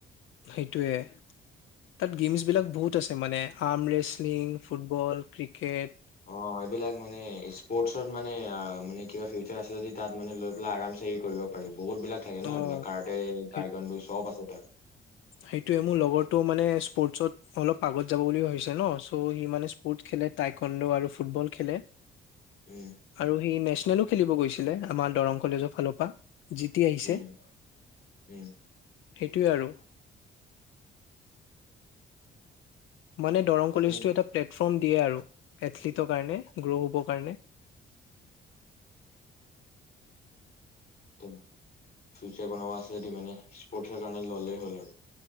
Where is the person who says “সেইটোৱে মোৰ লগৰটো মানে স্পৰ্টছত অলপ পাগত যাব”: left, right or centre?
Left